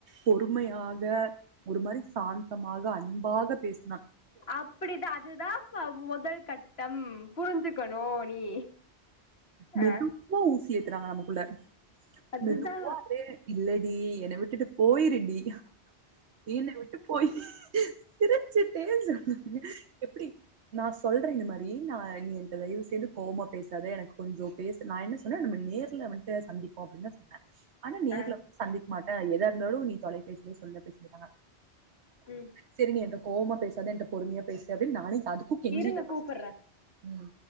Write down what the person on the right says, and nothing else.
பொறுமையாக க ஒரு மாரி சாந்தமாக அன்பாக பேசினா
மெதுவா
ஊசி ஏத்துறாங்க நமக்குள்ள
மெதுவா அப்டியே இல்லடி என்ன விட்டுட்டு போயிருடி என்ன விட்டு போயி சிருச்சிட்டே சொன்னாங்க எப்டி நா சொல்றே இந்த மாரி நா நீ என்ட தயவு செய்து கோவமா பேசாத எனக்கு கொஞ்சோ பேச நா என்ன சொன்னே நம்ம நேர்ல வந்ட்டு சந்திப்போ அப்டின்னு சொன்னே ஆனா நேர்ல
சந்திக்க மாட்டே எதாருந்தாலு நீ தொலைபேசிலே சொல்லு அப்டி சொல்லிட்டாங்க
செரி நீ என்ட்ட கோவமா பேசாத என்ட்ட பொறுமையா பேசு அப்டின் நானு அதுக்கு கெஞ்சிட்டே
ஃபஸ்ட்டு
ம்